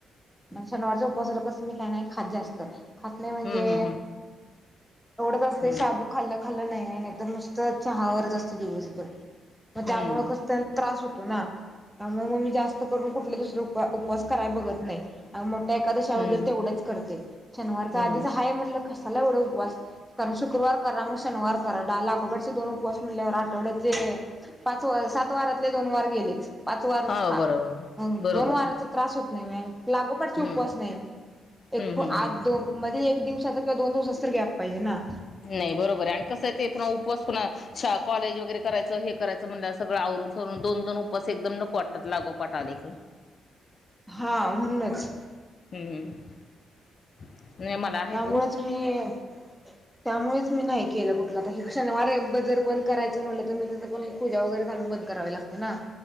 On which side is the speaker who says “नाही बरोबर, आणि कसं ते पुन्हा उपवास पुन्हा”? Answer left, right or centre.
Left